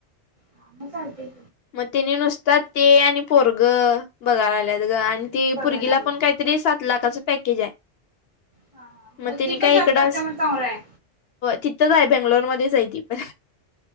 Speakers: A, on the right; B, on the left.
A: हा मग चालतंय
B: मग तेने नुसता ते आणि पोरग बघायला आलेत ग आणि ते
A: बघायला
B: पोरगीला
A: लागलं.
B: पण काय तरी सात लाखाचं पॅकेज आहे.
A: हा हा
B: मग तिने
A: ती
B: काय
A: पण जॉब
B: इकडं
A: करते मग चांगलं आहे
B: तिथंच आहे बेंगलोरध्येच आहे ती पण